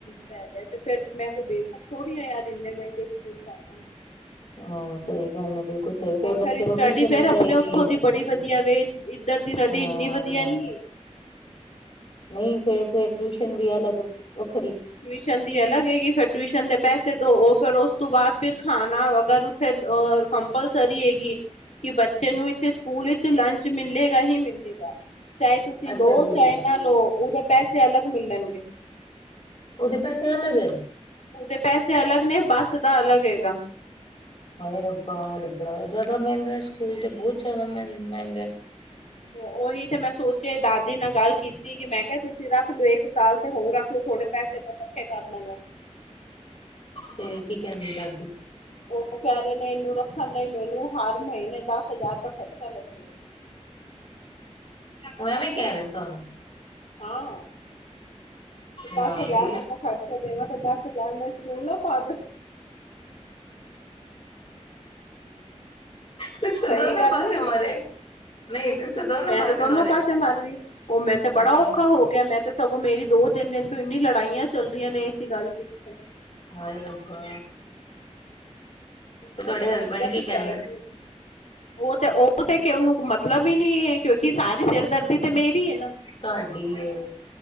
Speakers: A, on the left; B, on the left.
A: ਪੈ ਰਿਹਾ ਤੇ ਫੇਰ ਮੈਂ ਕੋਈ ਬੇਕੂਫ ਥੋੜੀ ਆਂ ਯਾਰ, ਏਨੇ ਮੈਂਗੇ ਸਕੂਲ ਪਾਵਾਂ।
B: ਹਾਂ, ਸਈ ਗੱਲ ਆ ਬਿਲਕੁਲ ਸਈ, ਫੇਰ
A: ਔਰ
B: ਬੱਚੇ ਨੂੰ
A: ਸਟੱਡੀ
B: ਟਿਊਸ਼ਨ
A: ਫੇਰ
B: ਵੀ
A: ਆਪਣੇ
B: ਚਾਈਦੀ
A: ਉੱਥੋਂ
B: ਏ।
A: ਦੀ ਬੜੀ ਵਧੀਆ ਵੇ ਇੱਧਰ ਦੀ ਸਾਡੀ
B: ਹਾਂ
A: ਇੰਨੀ ਵਧੀਆ ਨੀ ਏ।
B: ਨਈ ਤੇ ਫੇਰ ਟਿਊਸ਼ਨ ਵੀ ਅਲੱਗ ਵੱਖਰੀ।
A: ਟਿਊਸ਼ਨ ਦੀ ਅਲੱਗ ਹੈਗੀ ਫੇਰ ਟਿਊਸ਼ਨ ਦੇ ਪੈਸੇ ਦੋ, ਓ ਫੇਰ ਓਸ ਤੋਂ ਬਾਦ ਫੇਰ ਖਾਣਾ ਅਗਰ ਫੇਰ ਅ ਕੰਪਲਸਰੀ ਹੈਗੀ। ਕੀ ਬੱਚੇ ਨੂੰ ਏਥੇ ਸਕੂਲ ਵਿੱਚ ਲੰਚ ਮਿਲੇਗਾ ਹੀ ਮਿਲੇਗਾ। ਚਾਏ ਤੁਸੀ
B: ਅੱਛਾ
A: ਲੋ
B: ਜੀ
A: ਚਾਏ ਨਾ ਲਓ, ਓਦੇ ਪੈਸੇ ਅਲੱਗ ਮਿਲਣਗੇ।
B: ਉਹਦੇ ਪੈਸੇ ਅਲਗ ਏ
A: ਉਹਦੇ ਪੈਸੇ ਅਲੱਗ ਨੇ ਬੱਸ ਦਾ ਅਲੱਗ ਹੈਗਾ।
B: ਹਾਏ ਰੱਬਾ, ਇਹ ਤਾਂ ਬੜਾ ਜ਼ਿਆਦਾ ਮਹਿੰਗਾ ਏ ਸਕੂਲ ਤੇ, ਬਹੁਤ ਜ਼ਿਆਦਾ ਮਹ ਮਹਿੰਗਾ ਏ।
A: ਉਹੀ ਤੇ ਮੈਂ ਸੋਚਿਆ ਦਾਦੀ ਨਾਲ ਗੱਲ ਕੀਤੀ ਕਿ ਮੈਂ ਕਿਹਾ ਤੁਸੀਂ ਰੱਖ ਲਓ, ਇੱਕ ਸਾਲ ਤੇ ਹੋਰ ਰੱਖ ਥੋੜੇ ਪੈਸੇ ਮੈਂ ਕੱਠੇ ਕਰ ਲਵਾਂ
B: ਤੇ ਕੀ ਕਹਿੰਦੀ ਦਾਦੀ?
A: ਉਹ ਕਹ ਰਹੇ ਨੇ ਇਹਨੂੰ ਰੱਖਣ ਲਈ ਮੈਨੂੰ ਹਰ ਮਹੀਨੇ ਦਸ ਹਜ਼ਾਰ ਰੁਪਏ ਖਰਚਾ ਲਗੇਗਾ
B: ਉਹ ਐਵੇਂ ਹੀ ਕਹਿ ਰਹੇ ਨੇ ਤੁਹਾਨੂੰ।
A: ਹਾਂ। ਦਸ
B: ਹਾਂ
A: ਹਜ਼ਾਰ
B: ਵੀ
A: ਦਾ ਖਰਚਾ ਦੇਂਵਾਂ ਤੇ ਦਸ ਹਜ਼ਾਰ ਮੈਂ ਸਕੂਲ ਨਾ ਪਾਦਾ।
B: ਤੁਸੀ
A: ਸਹੀ
B: ਤੇ ਦੋਨੋ
A: ਗੱਲ
B: ਪਾਸੇ
A: ਨੀ
B: ਮਰੇ। ਨਹੀਂ ਤੁਸ ਤਾਂ ਦੋਨੋ
A: ਮੈਂ
B: ਪਾਸੇ
A: ਤੇ ਦੋਨੋ
B: ਮਰੇ
A: ਪਾਸੇ ਮਰ ਗਈ, ਉਹ ਮੈ ਤੇ
B: ਹਾਂ
A: ਬੜਾ ਔਖਾ ਹੋ ਗਿਆ, ਮੈਂ ਤੇ ਸਗੋਂ ਮੇਰੀ ਦੋ ਤਿੰਨ ਦਿਨ ਤੋਂ ਇੰਨੀ ਲੜਾਈਆਂ ਚੱਲ ਰਹੀਆਂ ਨੇ ਏਸੀ ਗੱਲ ਪਿੱਛੇ
B: ਹਾਏ ਰੱਬਾ, ਤੁਹਾਡੇ
A: ਮੁਸੀਬਤ
B: ਹਸਬੈਂਡ ਕੀ
A: ਹੀ
B: ਕਹਿੰਦੇ?
A: ਪੈ ਗਈ ਉਹ ਤੇ ਉਹ ਤੇ ਕਿ ਉਹਨੂੰ ਮਤਲਬ ਹੀ ਨੀ ਹੈ, ਕਿਉਂਕਿ ਸਾਰੀ ਸਿਰ ਦਰਦੀ ਤੇ ਮੇਰੀ ਏ ਨਾ।
B: ਤੁਹਾਡੀ ਏ।